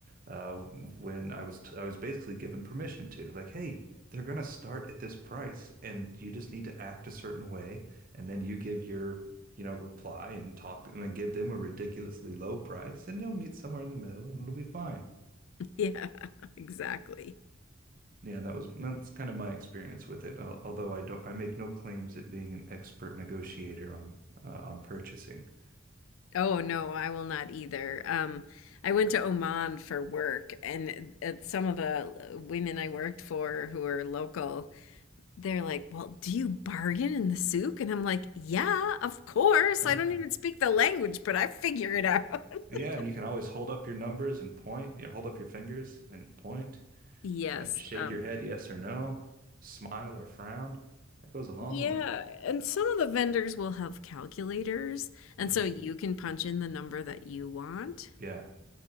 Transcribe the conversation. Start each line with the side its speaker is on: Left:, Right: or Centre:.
Right: Uh, when I was, t I was basically given permission to, like, hey, they're gonna start at this price, and you just need to act a certain way, and then you give your you know, reply and talk and then give them a ridiculously low price and they'll meet somewhere in the middle and it'll be fine.
Left: Yeah, exactly.
Right: Yeah, that was that's kind of my experience with it. Although I don't, I make no claims at being an expert negotiator on uh, on purchasing. <laughs>
Left: Oh no, I will not either. Um, I went to Oman for work, and uh, some of the women I worked for who are local, they're like, "Well, do you bargain in the souk?" And I'm like, "Yeah, of course.
Right: Uh,
Left: I don't even speak the language, but I figure it out."
Right: yeah,
Left: <laughs>
Right: you can always hold up your numbers and point. You know, hold up your fingers and point
Left: Yes.
Right: and, and shake
Left: Um,
Right: your head yes or no, smile or frown. That goes a long
Left: Yeah,
Right: way.
Left: and some of the vendors will have calculators, and
Right: Mm,
Left: so you can punch in the number that you want,
Right: yeah,